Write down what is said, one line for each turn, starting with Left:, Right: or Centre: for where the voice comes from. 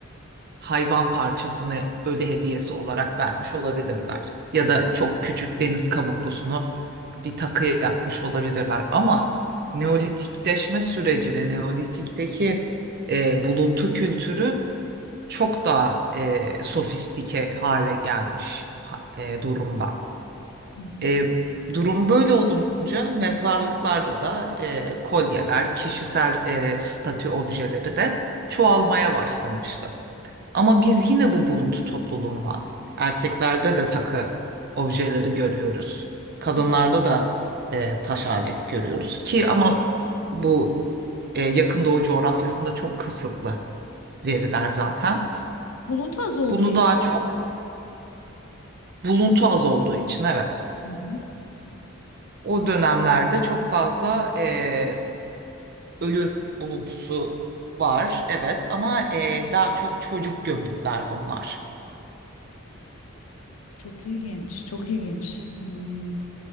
Right: hayvan parçasını ölü hediyesi olarak vermiş olabilirler. Ya da çok küçük deniz kabuklusunu bir takı yapmış olabilirler. Ama Neolitikleşme süreci ve Neolitik'teki e, buluntu kültürü çok daha e, sofistike hale gelmiş ha- e, durumda.
Left: Hı hı,
Right: E, durum böyle olunca mezarlıklarda da e, kolyeler, kişisel e, statü objeleri de çoğalmaya başlamıştı. Ama biz yine bu buluntu topluluğundan erkeklerde de takı objeleri görüyoruz. Kadınlarda
Left: hı
Right: da e, taş alet görüyoruz ki ama bu e, yakın doğu coğrafyasında çok kısıtlı veriler zaten.
Left: Buluntu az olduğu
Right: Bunu
Left: için
Right: daha çok
Left: mi?
Right: buluntu az olduğu için evet.
Left: hı. hı.
Right: O dönemlerde çok fazla e, ölü buluntusu var evet ama e, daha çok çocuk gömütler bunlar.
Left: Çok ilginç, çok ilginç. Hmm,